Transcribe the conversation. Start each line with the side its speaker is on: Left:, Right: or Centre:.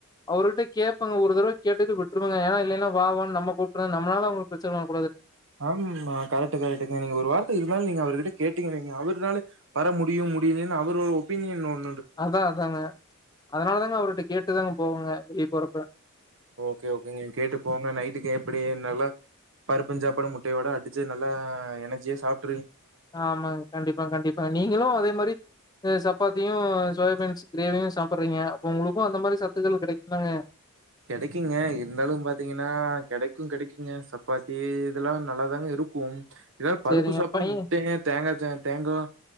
Left: அவர்கிட்ட கேப்பங்க ஒரு தடவை கேட்டுட்டு விட்டுருவங்க இல்லனா வா வா னு நம் கூப்டு நம்மளால பிர
Right: ஆமா கரெக்ட் கரெக்ட்ங்க நீங்க ஒரு வார்த்தை இருந்தாலும் நீங்க அவர்கிட்ட கேட்டங்கிறீங்க அவர்னால வர முடியும் முடியல அவர் ஒரு ஒபீனியன் ஒன்
Left: அதான் அதாங்க அதனால தாங்க அவர்கிட்ட கேட்டுதாங்க போவங்க போறப்ப
Right: ஓகே ஓகேங்க கேட்டு போங்க நைட்டுக்கு அப்படி நல்லா பருப்புஞ்சாப்படு முட்டையோட அடிச்சு நல்லா எனர்ஜிய சாப்பி
Left: ஆமாங்க கண்டிப்பா கண்டிப்பா நீங்களும் அதே மாரி சப்பாத்தியும் சோயாபீன்ஸ் கிரேவியும் சாப்புடுறீங்க அப்ப உங்களுக்கும் அந்த மாதிரி சத்துகள் கிடைக்குதாங்க
Right: கிடைக்குங்க இருந்தாலும் பாத்தீங்கன்னா கிடைக்கும் கிடைக்குங்க சப்பாத்தி இதெல்லாம் நல்லாதாங்க இருக்கும் இதால பருப்பு
Left: சரிங்க
Right: சாப்பிட்டு
Left: பைய
Right: முட்டை தேங்காய் தே தேங்காய்